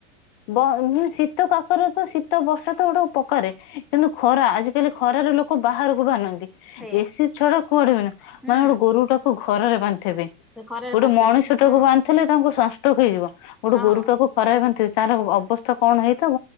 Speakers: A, on the left (about 45°); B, in the centre.
A: ବ ଉଁ ଶୀତ, କାକର ତ ଶୀତ, ବର୍ଷା ତ ଗୋଟେ ପକାରେ। କିନ୍ତୁ ଖରା ଆଜିକାଲି ଖରାରେ ଲୋକ ବାହାରକୁ ବାହାରୁ ନାହାନ୍ତି।
B: ସେଇଆ
A: ଏ ସିି ଛଡା କୁଆଡେ ବି ନୁହ
B: ହୁଁ
A: ମାନେ ଗୋଟେ ଗୋରୁ ଟାକୁ ଖରା ରେ ବାନ୍ଧିଥିବେ।
B: ସେ ଖରାରେ
A: ଗୋଟେ
B: ବାନ୍ତି
A: ମଣିଷ
B: ସେ ହଁ
A: ଟାକୁ ବାନ୍ଧିଥିଲେ ତାଙ୍କୁ ସଂନଷ୍ଟୋକ ହେଇଯିବ ଗୋଟେ
B: ହଁ
A: ଗୋରୁ ଟାକୁ ଖରାରେ ବାନ୍ଧି ତାର ଅବସ୍ଥା କଣ ହେଇଥିବ।